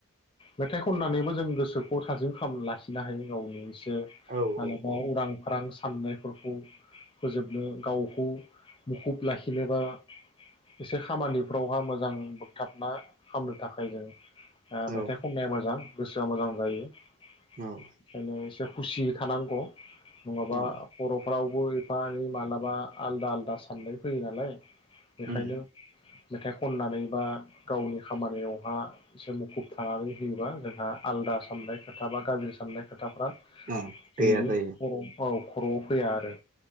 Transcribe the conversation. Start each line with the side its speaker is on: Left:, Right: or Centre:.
Left: मेथाइ खननानैबो जों गोसोखौ थाजिम लाखिनो हायो गावनि
Right: औ
Left: मालाबा
Right: औ
Left: उरां फारां साननायफोरखौ फोजोबनो गावखौ मुखुब लाखिनोबा एसे खामानिफ्रावहा मोजां मोजां बोगथाबना खालामनो थाखाय जों
Right: औ
Left: मेथाइ खननाया मोजां गोसोआ मोजां जायो बेखायनो
Right: औ
Left: एसे खुसि थानांगौ नङाबा
Right: औ
Left: खर' फ्रावबो एफा एनै मालाबा आलादा आलादा साननाय फैयो नालाय बेखायनो
Right: उम
Left: मेथाइ खननानै बा गावनि खामानियावहा एसे मुखुब थानानै होयोबा जोंहा आलादा साननाय खोथा बा गाज्रि साननाय खोथा खोथाफ्रा
Right: औ
Left: जोंनि
Right: गैया जायो
Left: खर' औ खर'आव फैया आरो